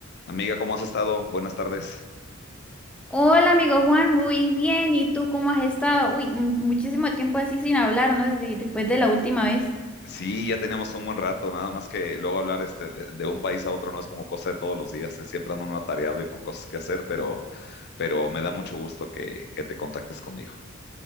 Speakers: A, on the left; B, in the centre.
A: Amiga, ¿cómo has estado? Buenas tardes.
B: Hola, amigo Juan, muy bien. ¿Y tú cómo has estado? Uy, m- muchísimo tiempo así sin hablar, ¿no? Desde- después de la última vez.
A: Sí, ya tenemos un buen rato, nada más que luego hablar este, de, de un país a otro no es como cosa de todos los días, eh, siempre ando uno atareado y con cosas que hacer, pero, pero me da mucho gusto que, que te contactes conmigo.